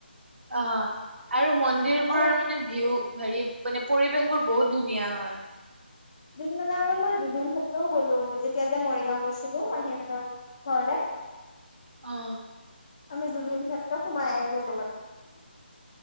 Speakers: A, on the right; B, on the left.
A: অ আৰু মই মন্দিৰবোৰৰ
B: অ
A: মানে ভিউ হেৰি মানে পৰিবেশবোৰ বহুত ধুনীয়া হয়
B: দুদিনমানৰ আগত মই জুবিন ক্ষেত্ৰও গলো যেতিয়া যে মৰিগাঁও গৈছিলো মাহীহঁতৰ ঘৰলে <inaudible>
A: অ
B: আমি জুবিন ক্ষেত্ৰ সোমাই আহি গ'লো মানে